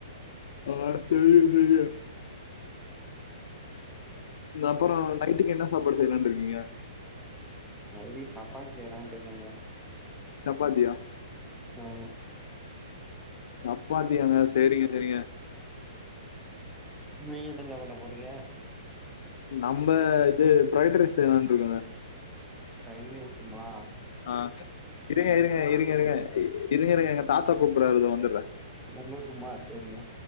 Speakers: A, on the left; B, in the centre.
A: ஆ தெரியு தெரியு த அப்றோ நைட்டுக்கு என சாப்பாடு செய்யலானு இருக்கீங்க
B: நைடுகு சப்பாத்தி செய்யலாம்னு இருக்கங்க
A: சப்பாத்தியா
B: ஆ
A: சப்பாத்தியாங்க சேரிங்க சேரிங்க
B: நீங்க என்னங்க பண்ண போறீங்க
A: நம்ம இது பிரைடுரைஸ் செய்யலாம்னு இருக்கங்க
B: பிரைடுரைஸ்ங்களா
A: ஆ இருங்க இருங்க இருங்க இருங்க இருங்க இருங்க எங்க தாத்தா கூப்பறாரு இதோ வந்தற
B: உங்களுக்குமா சேரிங்க